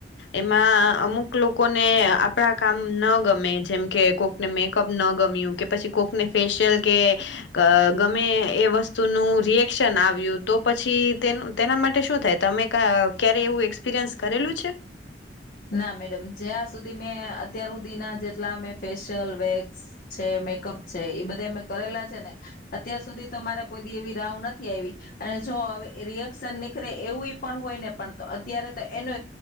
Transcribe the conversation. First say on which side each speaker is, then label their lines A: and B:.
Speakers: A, on the left; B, on the left.
A: એમાં અમુક લોકોને આપણા કામ ન ગમે જેમ કે કોકને મેકઅપ ન ગમ્યું કે પછી કોકને ફેશિયલ કે ગમે એ વસ્તુનું રિએક્શન આવ્યું તો પછી તેનું તેના માટે શું થાય તમે ક ક્યારે એવું એક્સપિરિયન્સ કરેલું છે
B: ના મેડમ જ્યાં સુધી મેં અત્યાર હુધીના જેટલા મે ફેશિયલ વેક્સ છે મેકઅપ છે એ બધા મે કરેલા છે ને અત્યાર સુધી તો મારે કોઈી એવી રાવ નથી આવી અને જો હવે રિએક્શન નીકળે એવું પણ હોય ને પણ અત્યારે તો એનો